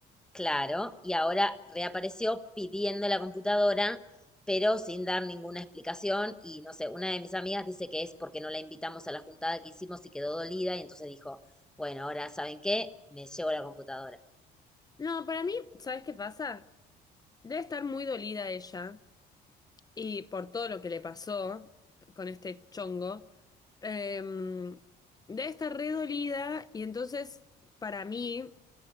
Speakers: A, in the centre; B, on the left.
A: Claro, y ahora reapareció pidiendo la computadora, pero sin dar ninguna explicación. Y no sé, una de mis amigas dice que es porque no la invitamos a la juntada que hicimos y quedó dolida. Y entonces dijo, bueno, ahora ¿saben qué? Me llevo la computadora.
B: No, para mí, ¿sabes qué pasa? Debe estar muy dolida ella. Y por todo lo que le pasó con este chongo, eh, debe estar re dolida y entonces para mí